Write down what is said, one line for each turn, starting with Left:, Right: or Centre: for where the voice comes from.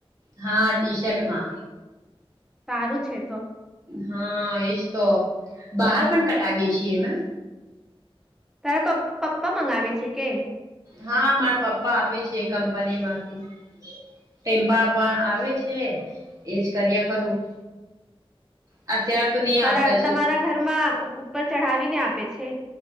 Right: હા ટી શર્ટમાં.
Centre: તારું છે તો.
Right: હા એજ તો બહાર પણ કટાવીએ છીએ એમાં.
Centre: તારા પપ પપ્પા મંગાવે છે કે?
Right: હા મારા પપ્પા આપે છે કંપનીમાંથી. ટેમ્પામાં આવે છે એજ કર્યા કરું. અત્યાર તો
Centre: તાર
Right: આવતા છે
Centre: તમારા ઘરમાં ઉપર ચઢાવી ને આપે છે?